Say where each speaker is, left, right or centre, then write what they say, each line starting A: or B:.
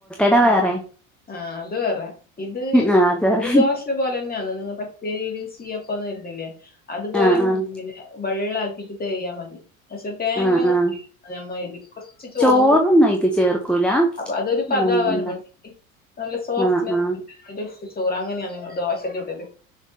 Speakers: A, in the centre; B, on the left (about 20°).
A: ഇത് വേറെ.
B: അത് ആഹ് അത് വേറെ ഇത്
A: ആഹ് അത് വേറെ
B: ഇത് ദോശ പോലെ തന്നെയാണ്, ഞങ്ങളെ പച്ചേരിയിൽ യൂസ് ചെയ്യും. ഉപ്പ് ഒന്നും ഇട്ടില്ലേ അതുപോലെ
A: ആഹ്
B: തന്നെ
A: ആഹ്
B: ഇങ്ങനെ വെള്ളാക്കിട്ട് തേയാൽ മതി. പക്ഷെ തേങ്ങയും
A: ആഹ് ആഹ്
B: ഉപ്പും നമ്മള് അതിൽ കൊറച്ച് ചോറ്
A: ചോറൊന്നും അയിക്ക് ചേർക്കൂല
B: അപ്പൊ അതിന്. പതാവാനും
A: ഉം
B: വേണ്ടി നല്ല സോഫ്റ്റ്നസ്.
A: ആഹ് ആഹ്
B: എന്നിട്ട് ചോറ് അങ്ങനെയാണ് ഞങ്ങൾ ദോശ ചുട്ടത്,